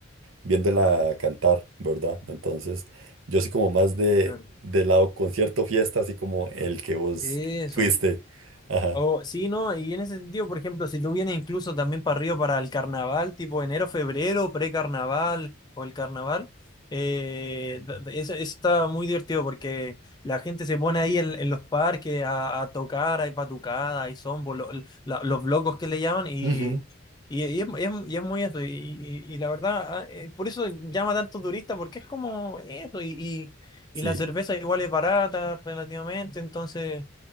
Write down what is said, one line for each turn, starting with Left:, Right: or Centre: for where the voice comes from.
Right: viéndola cantar, ¿verdad? Entonces, yo soy como más de,
Left: Claro.
Right: de lado concierto, fiesta, así como el que vos
Left: Eso.
Right: fuiste. Ajá.
Left: O, sí, no, y en ese sentido, por ejemplo, si tú vienes incluso también para Río para el carnaval, tipo enero, febrero, precarnaval o el carnaval, eh, da- da- eso, eso está muy divertido porque la gente se pone ahí en, en los parques a, a tocar, hay patucadas, hay zombo, lo- la- los locos que le llaman, y,
Right: Ujú.
Left: y, y es, y es- y es muy eso, y, y- y la verdad, ah, eh, por eso llama tanto turista, porque es como eso, y, y,
Right: Sí,
Left: y la cerveza igual es barata relativamente, entonces...